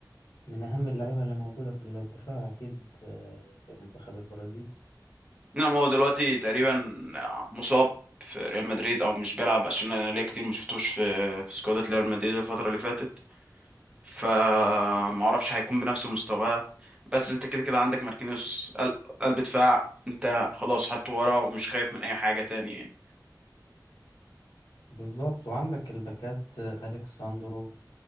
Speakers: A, on the left; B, on the right.
A: من أهم اللعيبة اللي موجودة في الدفاع أكيد آه، في منتخب البرازيل
B: نعم هو دلوقتي تقريبا مصاب في ريال مدريد او مش بيلعب عشان انا ليا كتير ما شفتوش في في سكوادات ريال مدريد الفتره اللي فاتت فما اعرفش هيكون بنفس مستواه بس انت كده كده عندك ماركينيوس قلب قلب دفاع انت خلاص حطه ورا ومش خايف من اي حاجه تاني
A: بالظبط وعندك الباكات آه، أليكس ساندرو